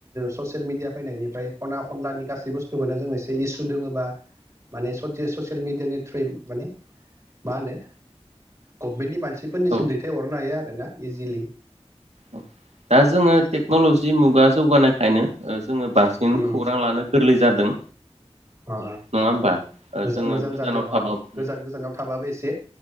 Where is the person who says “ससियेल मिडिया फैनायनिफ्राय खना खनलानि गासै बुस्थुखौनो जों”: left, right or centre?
Right